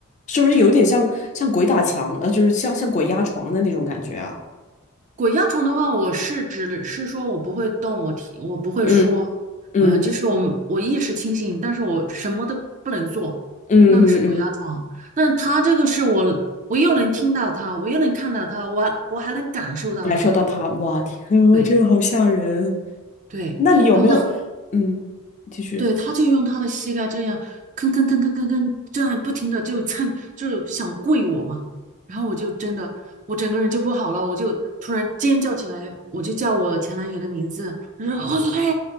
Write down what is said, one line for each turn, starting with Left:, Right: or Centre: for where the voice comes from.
Left: 是不是有点像像鬼打墙？
Right: 就
Left: 呃，就是像像鬼压床的那种感觉啊？
Right: 鬼压床的话，我是指是说我不会动，我提我不会说，
Left: 嗯嗯
Right: 嗯，就是我我意识清醒，但是我什么都不能做，
Left: 嗯嗯嗯，
Right: 那个是鬼压床。但他这个是我，我又能听到他，我又能看到他，我还我还能感受到他，
Left: 感受到他，哇，天啊，
Right: 对
Left: 这个好吓人！
Right: 对。
Left: 那你有没有？
Right: 然后他。
Left: 嗯，继续。
Right: 对，他就用他的膝盖这样吭吭吭吭吭吭，这样不停的就蹭，就是想跪我嘛。然后我就真的，我整个人就不好了，我就突然尖叫起来，我就叫我前男友的名字，我说侯子飞，